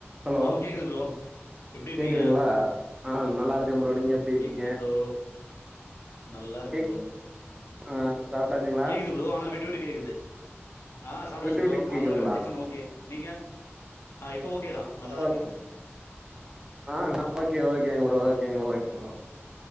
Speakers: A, on the right; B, on the left.
A: Hello
B: ஆ கேக்குது bro எப்டி இருக்கீங்க?
A: கேக்குதுங்களா ஆ நல்லாருக்கே ப்ரோ நீங்க எப்டி இருக்கீங்க
B: கேக்குது ப்ரோ நல்லா இருக்கே
A: கேக்
B: ப்ரோ
A: ஆ சாப்புட்டாச்சுங்களா
B: கேக்குது ப்ரோ ஆனா விட்டு விட்டு கேக்குது ஆ சாப்பிட்டாச்சு
A: விட்டு
B: ப்ரோ
A: விட்டு
B: கால்ல
A: கேக்குதுங்களா
B: டிஃபன் ஓகே நீங்க ஆ இப்போ ஓகே தா நல்லா தா
A: ஓக்
B: கேக்குது
A: ஆ ஓகே ஓகேங்க ப்ரோ ஓகேங்க ஓகேங்க ப்ரோ